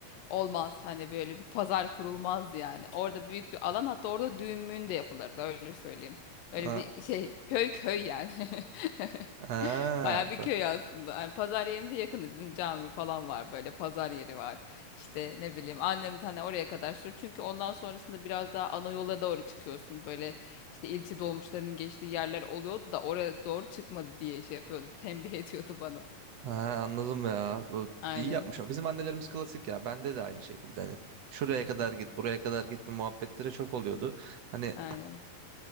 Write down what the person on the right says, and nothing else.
Aa,
aa,
da-
aa, anladım ya. Bu
iyi yapmış. o. Bizim annelerimiz klasik ya. Bende de aynı şekilde hani. Şuraya kadar git, buraya kadar gitme muhabbetleri çok oluyordu. Hani